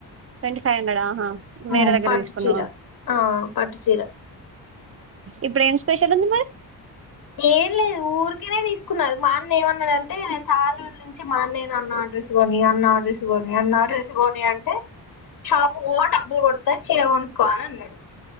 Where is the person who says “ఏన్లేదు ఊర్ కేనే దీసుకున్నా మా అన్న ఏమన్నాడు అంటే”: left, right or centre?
Left